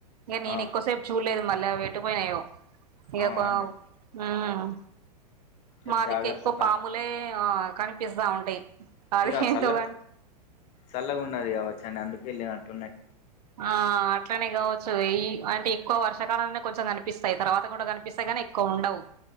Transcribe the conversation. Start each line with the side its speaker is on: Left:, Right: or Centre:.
Right: ఇగ నేను
Left: ఆ
Right: ఎక్కువసేపు చూడలేదు మళ్ళ అవి ఎటుపోయినాయో ఇగ
Left: అవునా
Right: కొ
Left: అండి
Right: మ్
Left: ఇగ
Right: మాదిక్కు
Left: జాగ్రత్త
Right: ఎక్కువ
Left: ఉండాలి
Right: పాములే అ కనిపిస్తా ఉంటాయి అదేందో
Left: ఇక చల్ల
Right: గాని
Left: చల్లగాన్నది కవచ్చండి అందుకే వెళ్ళనట్టున్నాయి
Right: ఆ అట్లనే కావచ్చు ఈ అంటే ఎక్కువ వర్షాకాలంలనే కొంచెం కనిపిస్తాయి తర్వాత కూడా కనిపిస్తాయి గానీ ఎ క్కువుండవ్